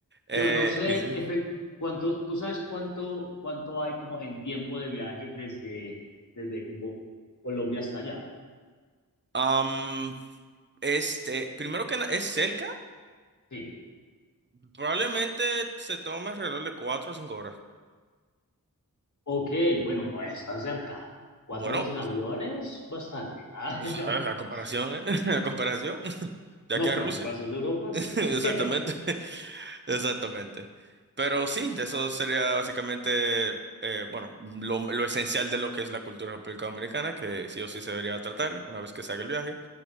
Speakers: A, on the left; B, on the right.
A: Yo
B: Eh,
A: no sé
B: y sí.
A: efe- cuánto, ¿tú sabes cuánto, cuánto hay como en tiempo de viaje desde, desde Bo- Colombia hasta allá?
B: Am, este, primero que na- es cerca,
A: Sí.
B: probablemente se tome alrededor de cuatro o cinco horas.
A: Ok, bueno, no es tan cerca. Cuatro
B: Bueno,
A: horas en avión es bastante. Ah,
B: <laughs>
A: <laughs>
B: la comparación, ¿eh? <laughs> La comparación de
A: No,
B: aquí a
A: pues
B: Rusia.
A: a comparación de Europa,
B: <laughs>
A: sí.
B: Exactamente,
A: <laughs>
B: <laughs> exactamente. Pero sí, eso sería básicamente, eh, bueno, lo, lo esencial de lo que es la cultura de República Dominicana, que sí o sí se debería tratar una vez que se haga el viaje.